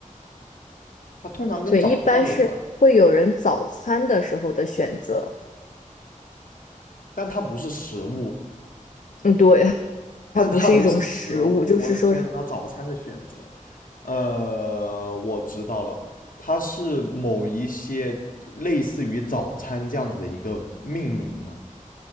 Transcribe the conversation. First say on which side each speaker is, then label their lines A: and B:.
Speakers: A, on the left; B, on the left.
A: 它通常跟早上有关，
B: 对，一般是会有人早餐的时候的选择，
A: 但它不是食物，
B: 嗯，对，它不是一种食物，
A: 但它不是食物。
B: 就是说是。
A: 我的天呐，它早餐的选择，呃，我知道了，它是某一些类似于早餐这样子的一个命名嘛？